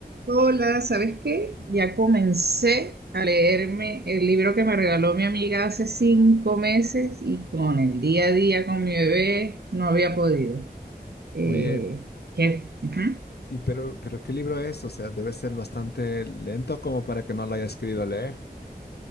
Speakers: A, on the right; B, on the left.
A: Hola, ¿sabes qué? Ya comencé a leerme el libro que me regaló mi amiga hace cinco meses y con el día a día con mi bebé no había podido. Eh,
B: Oye,
A: ¿qué? Ujú.
B: y pero, pero ¿qué libro es? O sea, debe ser bastante lento como para que no lo hayas querido leer.